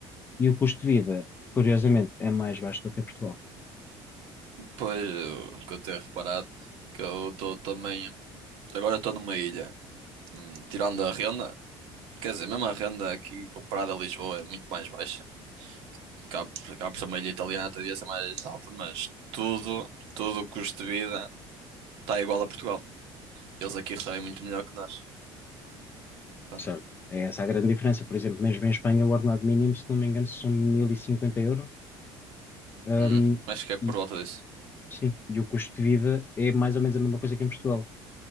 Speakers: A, on the left; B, on the right.
A: e o custo de vida, curiosamente, é mais baixo do que em Portugal.
B: Pois, eu, que eu tenho reparado que eu estou também. Agora estou numa ilha. Hum, tirando a renda, quer dizer, mesmo a renda aqui comparada a Lisboa é muito mais baixa. Cá, por- cá por ser uma ilha italiana, devia ser mais alta, mas tudo, tudo o custo de vida está igual a Portugal. Eles aqui recebem muito melhor que nós. Pronto.
A: Certo. É essa a grande diferença. Por exemplo, mesmo em Espanha, o ordenado mínimo, se não me engano, são 1050 euros. Hum,
B: Hum, acho que é por
A: e,
B: volta disso.
A: sim, e o custo de vida é mais ou menos a mesma coisa que em Portugal.